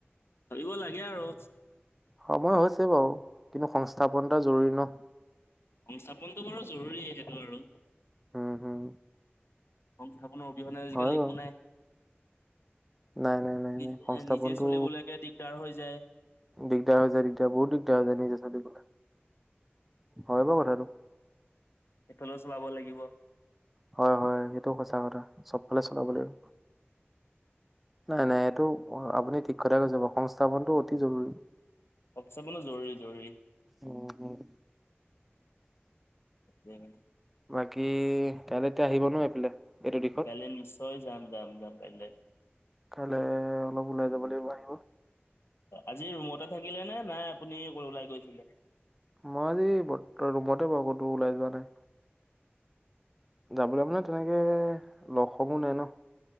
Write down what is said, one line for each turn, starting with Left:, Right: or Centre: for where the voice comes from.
Left: ভাবিব লাগে আৰু।
Centre: সময় হৈছে বাৰু কিন্তু সংস্থাপন এটা জৰুৰী ন।
Left: সংস্থাপনতটো বাৰু জৰুৰী সেইটো আৰু।
Centre: উম, হম।
Left: সংস্থাপনৰ অবিহনে আজিকালি
Centre: হয় বাৰু।
Left: একো নাই।
Centre: নাই, নাই। নাই
Left: নিজ,
Centre: নাই সংস্থাপনটো
Left: নিজে চলিবলৈকে দিগদাৰ হৈ যায়।
Centre: দিগদাৰ যায় দিগদাৰ বহুত দিগদাৰ হৈ যায় নিজে ছোৱালী বোলা হয় বাৰু কথাটো।
Left: এইফালেও চলাব লাগিব।
Centre: হয়, হয় সেইটো সঁচা কথা চবফালে চলাব
Left: উম
Centre: লাগিব। নাই নাই এইটো আপুনি ঠিক কথা কৈছে বাৰু সংস্থাপনটো অতি জৰুৰী।
Left: অফচাবনো জৰুৰী, জৰুৰী।
Centre: উম, হম।
Left: উম।
Centre: বাকী কাইলৈ এতিয়া আহিব ন এইফালে। এইটো দিশত
Left: কাইলৈ নিশ্চয় যাম, যাম, যাম কাইলে।
Centre: কাইলে অলপ ওলাই যাব লাগিব আহিব।
Left: আজি ৰুমতে থাকিলে নে নাই আপুনি ওলাই গৈছিলে।
Centre: মই আজি ৰুমতে প বৰ্ত কতো ওলাই যোৱা নাই। যাবলৈ মানে তেনেকে লগ সমো নাই ন।